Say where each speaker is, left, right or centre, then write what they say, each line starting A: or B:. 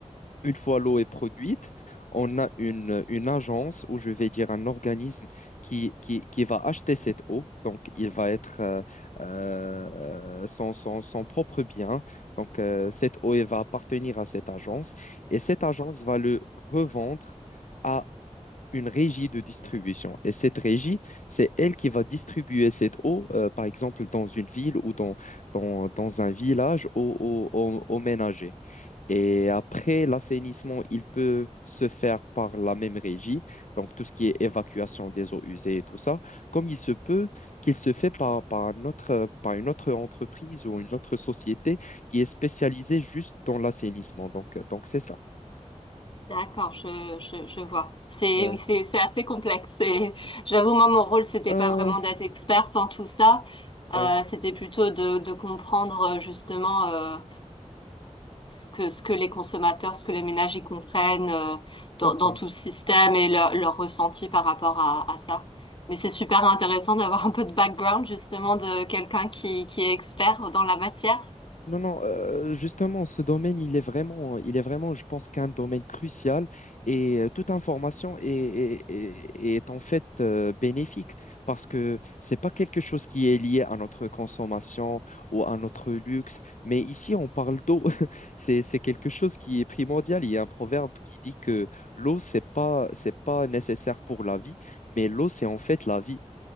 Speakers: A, on the left; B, on the left.
A: Une fois l'eau est produite, on a une, une agence, ou je vais dire un organisme qui, qui, qui va acheter cette eau. Donc, il va être euh, euh, son, son, son propre bien. Donc, euh, cette eau, elle va appartenir à cette agence. Et cette agence va le revendre à une régie de distribution. Et cette régie, c'est elle qui va distribuer cette eau, euh, par exemple, dans une ville ou dans, dans, dans un village, aux aux au, aux ménagers. Et après, l'assainissement, il peut se faire par la même régie, donc tout ce qui est évacuation des eaux usées et tout ça, comme il se peut qu'il se fait par, par un par une autre entreprise ou une autre société qui est spécialisée juste dans l'assainissement. Donc, donc c'est ça.
B: d'accord, je, je, je vois. C'est,
A: Ouais.
B: oui, c'est, c'est assez complexe. C'est- J'avoue, moi, mon rôle, c'était
A: Euh,
B: pas vraiment d'être experte en tout ça.
A: ouais,
B: Euh, c'était plutôt de, de comprendre euh, justement... Euh, ce que, ce que les consommateurs, ce que les ménages y comprennent euh, dans,
A: d'accord.
B: dans tout le système et leur, leur ressenti par rapport à, à ça. Mais c'est super intéressant d'avoir un peu de background justement de quelqu'un qui, qui est expert dans la matière.
A: Non, non, euh, justement, ce domaine, il est vraiment, il est vraiment, je pense, qu'un domaine crucial et euh, toute information est, est, est- est en fait euh, bénéfique parce que c'est pas quelque chose qui est lié à notre consommation ou à notre luxe, mais ici, on parle d'eau. <laughs> C'est, c'est quelque chose qui est primordial. Il y a un proverbe qui dit que l'eau, c'est pas, c'est pas nécessaire pour la vie, mais l'eau, c'est en fait la vie.